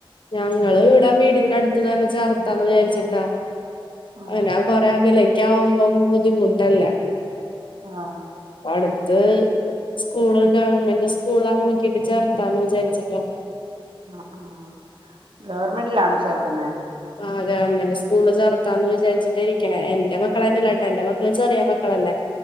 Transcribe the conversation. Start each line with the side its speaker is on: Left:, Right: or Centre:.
Left: ഞങ്ങള് ഇവിടെ വീടിന്റെ അടുത്ത് തന്നെ ചേർത്താന്ന് വിചാരിച്ചിട്ടാ.
Right: ആഹ്
Left: അ <unintelligible> കൊറെ അകലേക്ക ആവുമ്പം ബുദ്ധിമുട്ടല്ലേ.
Right: ആഹ്
Left: അടുത്ത് സ്കൂള് ഗവൺമെന്റ് സ് കൂളാ നോക്കിയിട്ട് ചേർത്താലോ വിചാരിച്ചിട്ട.
Right: ആഹ് ആഹ്. ഗവർമെൻറിലാണോ ചേർക്കുന്നേ.
Left: ആഹ് ഗവൺമെന്റ് സ്കൂള് ചേർത്താന്ന് വിചാരിച്ചിട്ട ഇരിക്കണേ എന്റെ മക്കളെന്നല്ലട്ട എന്റെ മക്കള് ചെറിയ മക്കളല്ലേ.